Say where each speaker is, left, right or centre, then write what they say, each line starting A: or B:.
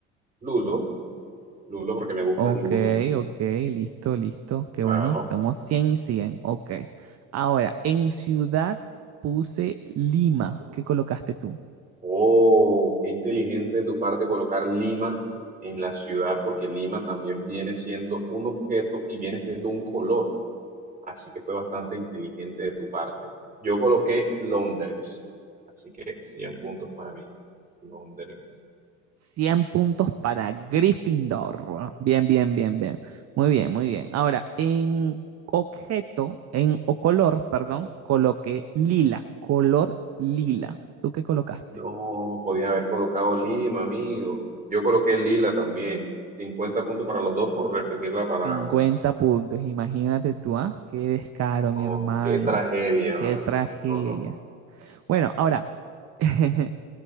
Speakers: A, on the right (about 20°); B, on the right (about 40°).
A: Lulo, Lulo, porque me gusta
B: Ok,
A: el Lulo,
B: ok, listo, listo. Qué
A: claro.
B: bueno, estamos 100 y cien Ok. Ahora, en ciudad puse Lima. ¿Qué colocaste tú?
A: Oh, qué inteligente de tu parte colocar Lima en la ciudad, porque Lima también viene siendo un objeto y viene siendo un color. Así que fue bastante inteligente de tu parte. Yo coloqué Londres, así que 100 puntos para mí. Londres.
B: 100 puntos para Gryffindor. Bien, bien, bien, bien. Muy bien, muy bien. Ahora, en objeto, en o color, perdón, coloqué lila, color lila. ¿Tú qué colocaste?
A: No, podía haber colocado Lima, amigo. Yo coloqué Lila también. cincuenta puntos para los dos por repetir la
B: 50
A: palabra.
B: puntos. Imagínate tú, ¿ah? Qué descaro,
A: Oh,
B: mi hermano.
A: qué tragedia,
B: Qué
A: madre.
B: tragedia.
A: No, no, no.
B: Bueno, ahora, <laughs>